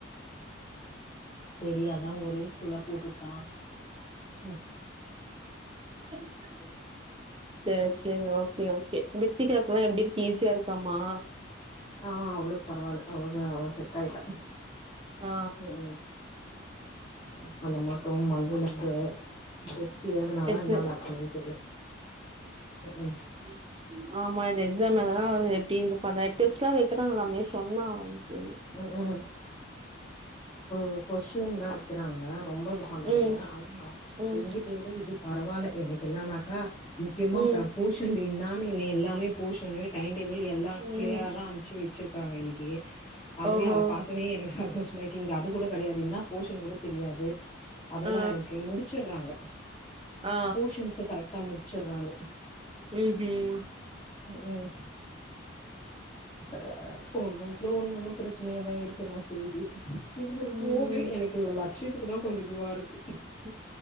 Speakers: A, on the left; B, on the right.
A: சரி அதா ஒரே குள்ள போட்டுட்டான் ம்
B: <unintelligible> செரி செரி ஓகே ஓகே வித்திக்காகெல்லாம் எப்பிடி இருக்கு ஈஸியா இருக்காமா
A: ஆ அவுளுக்கு பரவால்ல அவள அவ செட் ஆயிட்டா
B: ஆ
A: ம் ம் ம் அந்தமாக்கு மண்டேயில இருந்து டெஸ்ட் எழுதுனாதான்
B: எக்ஸ
A: என்ன லட்சணனு தெரிய ம் ஹும்
B: உ ஆமா எக்ஸாம் அதெல்லாம் எப்பிடி எழுத போற டெஸ்ட்லா இருக்கட்டு நாமே சொன்னா அன்னிக்கு
A: அ அ ம் கொஷின் தான் கேக்குறாங்க ரொம்ப இது பண்றதில்ல
B: ம்
A: ஆனா
B: ம்
A: எங்ககிட்ட இது பரவால்ல இன்னிக்கு என்னன்னாக்கா முக்கியமா
B: ம்
A: ப போஷன்டே இல்லாம இல்லையை எல்லாமே போஷணு டைம் டேபிள் எல்லாம்
B: ம்
A: கிளியரா அமிச்சு வச்சிருக்கறாங்க இன்னிக்கு அதுவே
B: ஓஹோ
A: அத பாத்தோனே எனக்கு ச ச்சங்க அது கூட கெடையாது இன்னா போஷன் கூட தெரியாது அதெல்லாம்
B: ஆ
A: இருக்கு முடிச்சுடுறாங்க
B: ஆ ஆ
A: போஷன்ஸ கரெக்ட்டா முடிச்சுடுறாங்க
B: ம் ம்
A: ம் ம் ஹ ஒன்னு ஓன்னுட்டல ஒண்ணு ஒண்ணு பிரச்சனையாதான் இருக்குதான் செய்து எதுமே
B: ம்
A: போது
B: ம்
A: எனக்கு லட்சியத்துக்கு தான் கொஞ்சம் இதுவா இருக்கு
B: ம்